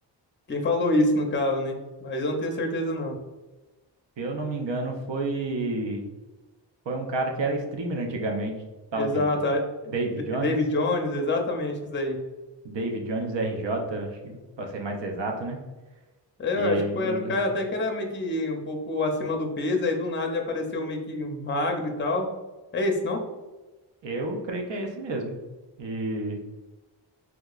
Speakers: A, on the left (about 25°); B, on the right (about 75°).
A: Quem falou isso, no caso, né? Mas eu não tenho certeza, não.
B: Se eu não me engano, foi, foi um cara que era streamer antigamente, tal
A: Exato.
B: de
A: a-
B: David
A: D-
B: Jones.
A: David Jones, exatamente isso daí.
B: David Jones RJ, acho que para ser mais exato, né?
A: Eu
B: E ele,
A: acho que foi, era um cara até que era meio que um pouco acima do peso, aí do nada ele apareceu meio que magro e tal. É isso, não?
B: eu creio que é esse mesmo. E